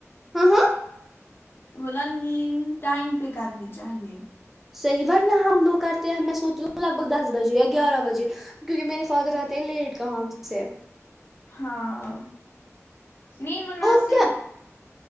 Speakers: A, in the centre; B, on the left.
A: ہاں ہاں
B: بولا نیند ٹائم پہ کرنی چاہیے
A: صحیح ورنہ ہم لوگ کرتے ہیں میں سوتی ہوں لگ بگ دس بجے یا گیارہ بجے کیونکہ میرے فادر آتے ہیں لیٹ کہ ہم سے
B: ہاں نیند مناسب
A: آپ کیا